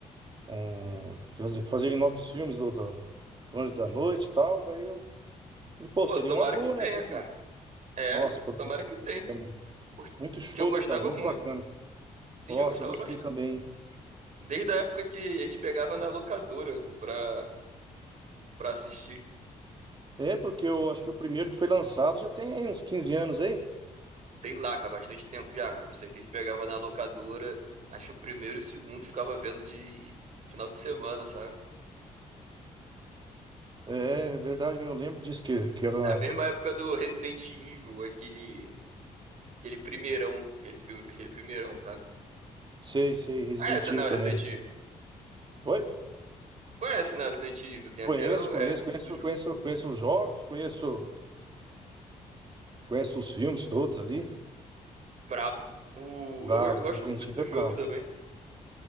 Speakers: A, on the right; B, on the right.
A: um fazer, fazerem novos filmes do, do, do Anjo da Noite e tal. Daí eu falei, pô,
B: Pô,
A: seria
B: tomara
A: uma boa,
B: que tenha,
A: né? Se, se-
B: cara. É,
A: Nossa, pô,
B: tomara que tenha.
A: é
B: Por-
A: muito show,
B: Que eu gostava
A: né, cara? Muito
B: muito.
A: bacana.
B: Sim,
A: Nossa,
B: eu gostava
A: eu gostei
B: bastante.
A: também.
B: Desde a época que a gente pegava na locadora pra, pra assistir.
A: É, porque eu acho que o primeiro que foi lançado já tem aí uns quinze anos aí.
B: Sei lá, cara, há bastante tempo já. Eu sei que a gente pegava na locadora, acho que o primeiro e o segundo ficava vendo de final de semana, sabe?
A: É, é verdade, eu lembro disso que, que era.
B: Na mesma época do Resident Evil, aquele, aquele primeirão, aquele filme, aquele primeirão, sabe?
A: Sei, sei, Resident
B: Ah, essa
A: Evil
B: não
A: também.
B: é o Resident Evil.
A: Oi?
B: Conhece, né? Resident Evil. Tem
A: Conheço,
B: até o-
A: conheço,
B: é,
A: conheço,
B: do jogo.
A: conheço, conheço os jogos, conheço, conheço os filmes todos ali.
B: Brabo. O,
A: Bravo,
B: eu, go- eu gosto
A: Resident
B: muito
A: Evil
B: do
A: é bravo.
B: jogo também.